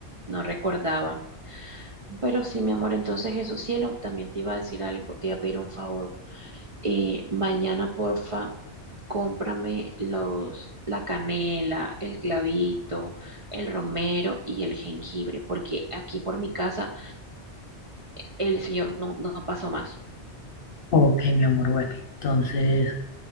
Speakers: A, on the right; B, on the left.
A: no recordaba. Pero sí, mi amor, entonces eso, cielo, también te iba a decir algo, te iba a pedir un favor. Eh, mañana, porfa, cómprame los, la canela, el clavito, el romero y el jengibre, porque aquí por mi casa el señor no, no pasó más.
B: Ok, mi amor, bueno. Entonces,